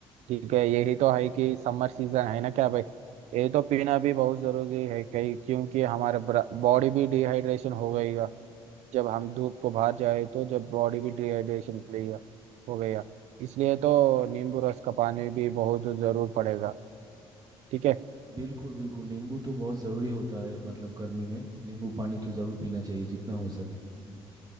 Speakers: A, on the right; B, on the right.
A: ठीक है यही तो है कि समर सीजन है ना क्या भाई ये तो पीना भी बहुत जरूरी है कहीं क्योंकि हमारे बॉडी भी डिहाइड्रेशन हो गईगा जब हम धूप को बाहर जाए तो जब बॉडी भी डिहाइड्रेशन हो गई हो गया इसलिए तो नींबू रस का पानी भी बहुत जरूर पड़ेगा ठीक है
B: बिल्कुल बिल्कुल नींबू तो बहुत ज़रूरी होता है मतलब गर्मी में नींबू पानी तो ज़रूर पीना चाहिए जितना हो सके